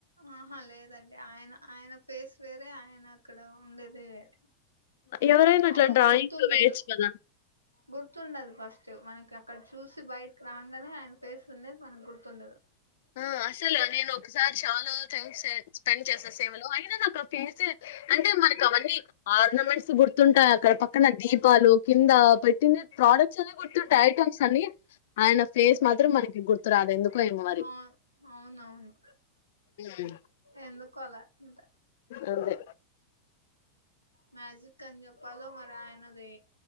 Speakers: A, on the right (about 80°); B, on the left (about 55°).
A: ఆహా లేదండి ఆయన ఆయన ఫేస్ వేరే ఆయన అక్కడ ఉండేది వేరే
B: ఎవరైనా అట్లా
A: ఆయనకు
B: డ్రాయింగ్
A: గుర్తుండదు
B: వేయచ్చు కదా
A: గుర్తుండదు ఫస్ట్ మనకి అక్కడ చూసి బయటకి రాగానే ఆయన ఫేస్ ఉన్నది మనకి గుర్తుండదు
B: ఆ అసలు నేను ఒకసారి చాలా టైం స్పెండ్ చేసా సేవలో అయినా నాకు ఆ ఫేసే అంటే మనకి అవన్నీ ఆర్నమెంట్స్ గుర్తుంటాయి అక్కడ పక్కన దీపాలు కింద పెట్టిన ప్రోడక్ట్స్ అని గుర్తుంటాయి ఐటెమ్స్ అన్ని ఆయన ఫేస్ మాత్రం మనకి గుర్తురాదు ఎందుకో ఏ మరి
A: అవు అవునవును
B: హ్మ్.
A: ఎందుకో అలా ఇంట
B: అదే
A: మ్యాజిక్ అని చెప్పాలో మరి ఆయనది